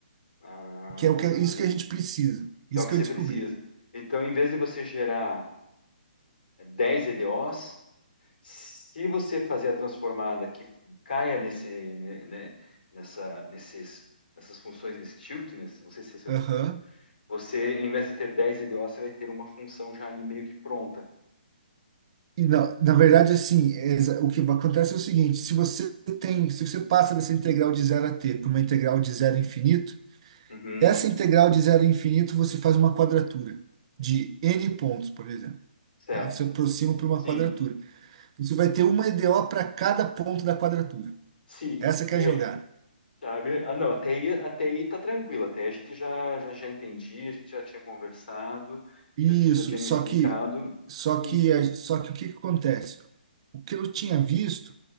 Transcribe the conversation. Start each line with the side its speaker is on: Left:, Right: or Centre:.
Left: Ah,
Right: que é o que, é, isso que a gente precisa. Isso
Left: que é o que
Right: que
Left: você
Right: eu descobri.
Left: precisa. Então, em vez de você gerar 10 EDOs, se você fazer a transformada que caia nesse, né, nessa, nesses, nessas funções de stiltness, não sei se esse é
Right: Aham.
Left: o termo, você, em vez de ter 10 EDOs, você vai ter uma função já ali meio que pronta.
Right: E na, na verdade, assim, é exa- o que va- acontece é o seguinte: se você tem, se você passa dessa integral de zero a t para uma integral de zero a infinito,
Left: Uhum,
Right: essa integral de zero a infinito você faz uma quadratura de n pontos, por exemplo.
Left: certo.
Right: Tá? Você aproxima para uma
Left: Sim.
Right: quadratura. Você vai ter uma e EDO para cada ponto da quadratura.
Left: Se,
Right: Essa que
Left: é,
Right: é a jogada.
Left: Sabe? Ah, não, até aí, até aí tá tranquilo, até aí a gente já, já, já entendi, a gente já tinha conversado,
Right: Isso,
Left: já, você já tinha
Right: só
Left: me explicado
Right: que, só
Left: e...
Right: que, a- só que o que que acontece? O que eu tinha visto